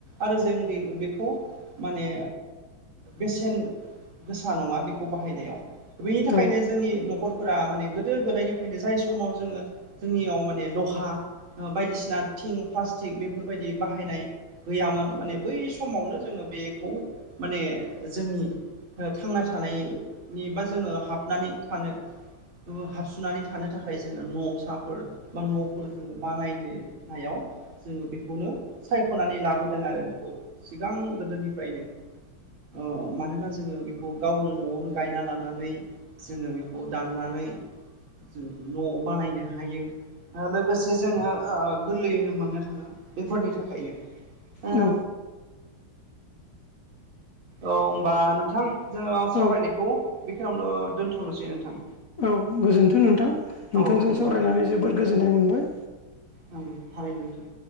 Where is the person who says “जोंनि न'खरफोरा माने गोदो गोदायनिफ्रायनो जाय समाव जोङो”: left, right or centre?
Right